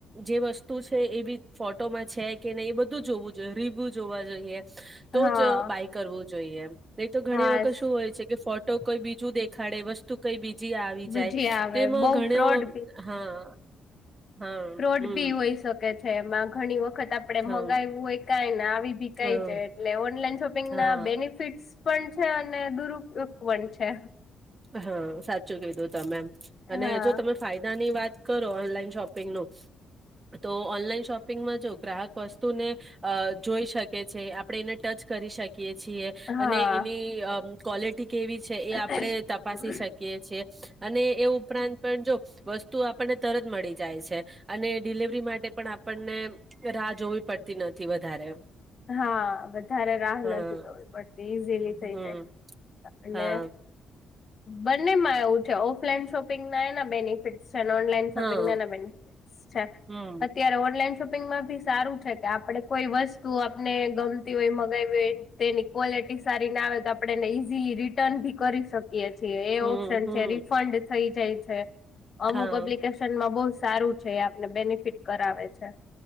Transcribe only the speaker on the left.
હા
હા
બીજી આવે
બઉ
ફ્રોડ બી
ફ્રોડ
બી હોઈ શકે છે, એમાં ઘણી વખત આપણે
મગાયુ હોય કાઈ ને આવી ભી કાઈ
જાય, એટલે ઓનલાઈન શોપિંગ
ના બેનિફિટ્સ <unintelligible> છે અને દુરુપયોગ પણ છે
હા
હા
હમ
હા, વધારે રાહ
નથી થવી પડતી ઈઝીલી
થઈ
ને બંનેમાં ઓફલાઈન શોપિંગ ના એને બેનિફિટ છે ન ઓનલાઈન શોપિંગ
ના એન બેનફિટ. છે.
અત્યારે ઓનલાઈન શોપ શોપિંગ માં ભી સારું છે કે આપડે કોઈ વસ્ત તું આપને ગમતી હોય, મગાવી હોય, તેની ક્વોલિટી સારી ના આવે તો આપણે એને ઇઝીલી રિટર્ન ભી કરી શકીએ. છીએ એ
ઓપ્શન
છે રિફંડ થઈ જઈ છે. અમુક
એપ્લિકેશન માં બહુ સારું છે. આપને બેનિફિટ કરાવે છે.